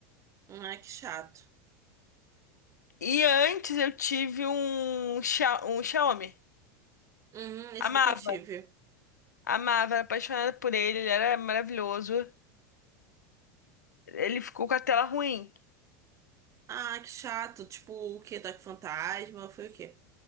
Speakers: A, on the right; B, on the left.
A: Ai, que chato.
B: E antes eu tive um, Xia- um Xiaomi.
A: Uhum, esse
B: Amava,
A: nunca tive.
B: amava, era apaixonada por ele, ele era maravilhoso. Ele ficou com a tela ruim.
A: Ah, que chato. Tipo, o quê? Toque Fantasma? Foi o quê?